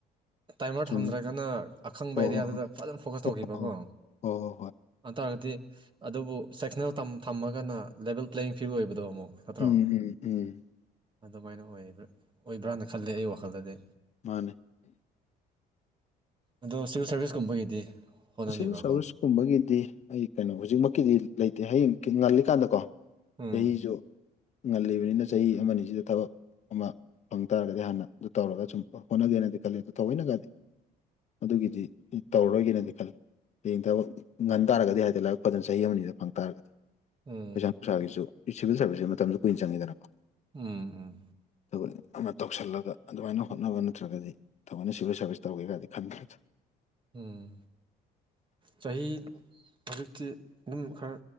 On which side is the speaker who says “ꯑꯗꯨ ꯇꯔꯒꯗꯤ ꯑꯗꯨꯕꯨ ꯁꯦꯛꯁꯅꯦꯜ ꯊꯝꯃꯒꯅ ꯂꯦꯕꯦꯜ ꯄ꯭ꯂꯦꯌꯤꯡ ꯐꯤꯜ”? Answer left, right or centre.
Right